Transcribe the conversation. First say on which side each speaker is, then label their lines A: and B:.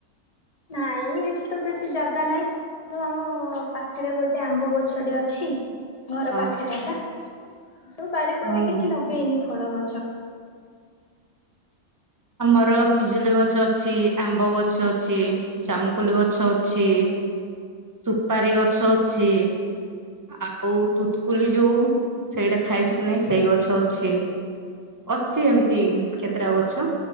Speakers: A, on the left; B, on the right.
A: ନାଇଁ ଏଇଠି ତ ବେଶୀ ଜାଗା ନାଇଁ। ତ ଆମ ପାଖରେ ଗୋଟେ ଆମ୍ବ ଗଛ ଟେ ଅଛି। ଘର
B: ହଁ
A: ପାଖରେ ଯା ତ ବାରିପଟେ
B: ହଁ
A: କିଛି ଲଗେଇନି ଫଳ ଗଛ।
B: ଆମର ପିଜୁଲିଗଛ ଅଛି ଆମ୍ବଗଛ ଅଛି ଜାମୁକୋଲି ଗଛ ଅଛି ସୁପାରି ଗଛ ଅଛି ଆଉ ତୁତକୋଲି ଯୋଉ ସେଇଟା ଖାଇଛୁ କି ନାଇଁ ସେଇ ଗଛ ଅଛି ଅଛି ଏମତି କେତେଟା ଗଛ।